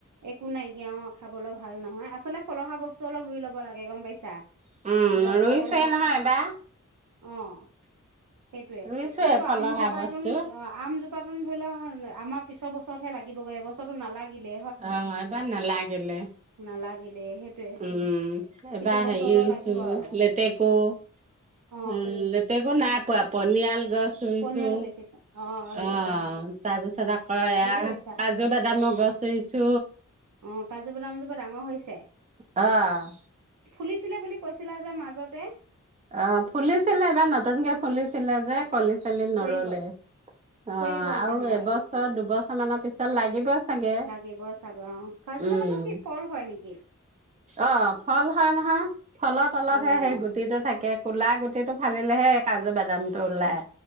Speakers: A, on the right (about 70°); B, on the right (about 25°).
A: একো নাইকিয়া অ', খাবলৈ ভাল নহয় আচলতে ফলহাৰ বস্তু অলপ ৰুই ল'ব লাগে গম পাইছা।
B: উম
A: ধৰি লওক
B: ৰুইছোৱে
A: কল হওক
B: নহয় এবাৰ
A: অ', সেইটোৱে
B: ৰুইছোৱে
A: এতিয়াতো
B: ফলহা
A: আমজোপাটোন
B: বস্তু
A: আমজোপাটোন ধৰি লোৱা আমাৰ পিছৰ বস্তু বছতহে লাগিবহে এবছৰৰতো নালাগিলে।
B: অ', এবাৰ নালাগিলে,
A: নালাগিলে সেইটোৱে
B: উম
A: সেইটো
B: এবাৰ
A: বছৰলৈ
B: হেৰি ৰুইছো
A: লাগিব আৰু
B: লেতেকো উম
A: অ',
B: লেতেকো নাই পোৱা পনিয়াল গছ চুইছো
A: পনিয়ল লিখিছা অ', ৰুইছা
B: অ', তাৰপিছত আকৌ
A: অ',
B: এয়া
A: ভালে কৰিছা।
B: কাজু- বাদামৰ গছ ৰুইছো।
A: অ', কাজু- বাদামজোপা ডাঙৰ হৈছে
B: অ',
A: ফুলিছিলে বুলি কৈছিলা যে মাজতে
B: অ', ফুলিছিলে এবাৰ নতুনকে ফুলিছিলে যে চলি চলি
A: সৰি
B: নৰলে
A: গ'ল
B: অ',
A: সৰি গ'ল
B: আৰু
A: মানে
B: এবছৰ দুবছৰ <inaudible> মানৰ পিছত লাগিব চাগে
A: লাগিব চাগই অ', কাজু
B: উম।
A: -বাদামৰ কি ফল হয় নেকি?
B: অ', ফল হয় নহয়। ফলৰ তলতহে
A: অ',
B: সেই গুটিটো থাকে। ক'লা গুটিটো ফালিলে ফালিলেহে কাজু বাদামটো ওলাই